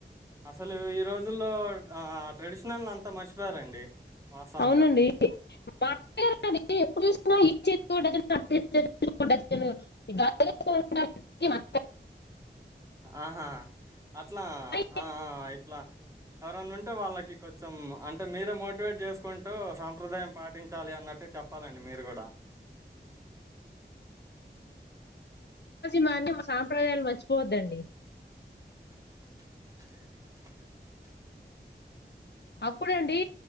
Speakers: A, on the right; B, on the left.
A: అసలు ఈ రోజుల్లో ఆ ట్రెడిషనల్ అంతా మర్చిపోయారండి. వాస్తవంగా
B: అవునండి మాట్లాడి ఎప్పుడు చూసిన <unintelligible> <unintelligible> అ
A: ఆహా అట్లా
B: కానీ
A: ఆ ఆ ఇట్లా ఎవరన్నా ఉంటే వాళ్ళకి కొంచెం అంటే మీరే మోటివేట్ చేసుకుంటూ సాంప్రదాయం పాటించాలి అన్నట్టు చెప్పాలండి, మీరు కూడా
B: జూసి మా <unintelligible> సాంప్రదాయాలు మర్చిపోవద్దండి
A: ఆ ఇక్కనే జూసి ఖాళీ చేత్తం
B: అప్పుడండి